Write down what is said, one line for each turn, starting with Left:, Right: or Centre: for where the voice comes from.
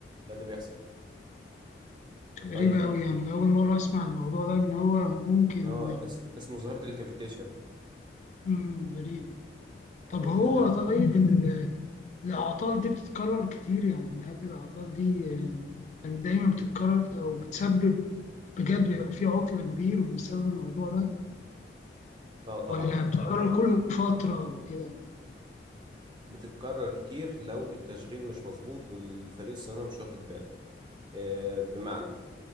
Right: ده اللي بيحصل
Left: غريبه
Right: طيب
Left: قوي يعني اول مره اسمع الموضوع ده ان هو ممكن
Right: اه اس- اسمه ظاهره الكافيتيشن
Left: امم غريبه
Right: او
Left: طب هو
Right: التكهف
Left: طيب ال- الاعطال دي بتتكرر كتير يعني هل الاعطال دي آه، يعني دايما بتتكرر او بتسبب بجد بيبقى في عطل كبير بسبب الموضوع ده
Right: اه طبعا
Left: ولا بتتكرر كل فتره او كده
Right: بتتكرر كتير لو التشغيل مش مظبوط والفريق الصيانه مش واخد باله آه بمعنى